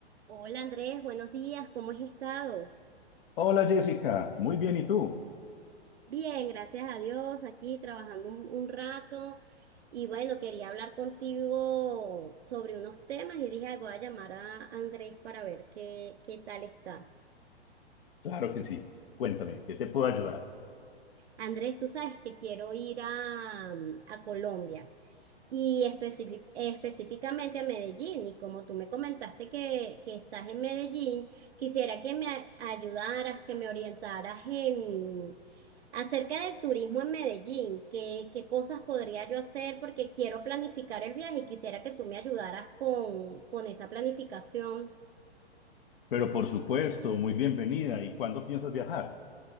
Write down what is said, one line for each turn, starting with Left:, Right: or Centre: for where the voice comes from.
Right: Hola Andrés, buenos días, ¿cómo has estado?
Left: Hola Jessica, muy bien, ¿y tú?
Right: Bien, gracias a Dios, aquí trabajando un, un rato y bueno, quería hablar contigo sobre unos temas y dije, "Ay, voy a llamar a Andrés para ver qué, qué tal está.
Left: Claro que sí. Cuéntame, ¿qué te puedo ayudar?
Right: Andrés, tú sabes que quiero ir a, a Colombia. Y especifi- específicamente a Medellín, y como tú me comentaste que, que estás en Medellín, quisiera que me a- ayudaras, que me orientaras en acerca del turismo en Medellín, qué, qué cosas podría yo hacer porque quiero planificar el viaje y quisiera que tú me ayudaras con, con esa planificación.
Left: Pero por supuesto, muy bienvenida. ¿Y cuándo piensas viajar?